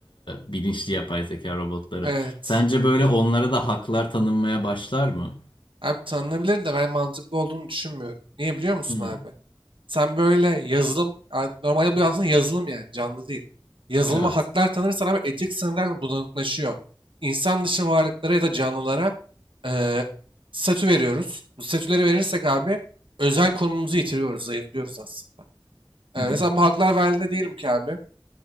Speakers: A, on the left (about 75°); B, on the right (about 85°).
A: e, bilinçli yapay zeka robotları.
B: evet.
A: Sence böyle onlara da haklar tanınmaya başlar mı?
B: Abi tanınabilir de ben mantıklı olduğunu düşünmüyorum. Niye biliyor musun
A: Hı.
B: abi? Sen böyle yazılım, a- normalde bu aslında yazılım yani canlı değil. Yazılıma
A: Evet.
B: haklar tanırsan abi etik sınırlar da bulanıklaşıyor. İnsan dışı varlıklara ya da canlılara eee statü veriyoruz. Bu statüleri verirsek abi özel konumumuzu yitiriyoruz, zayıflıyoruz aslında. Eee,
A: Hı hı.
B: mesela bu haklar verildi diyelim ki abi.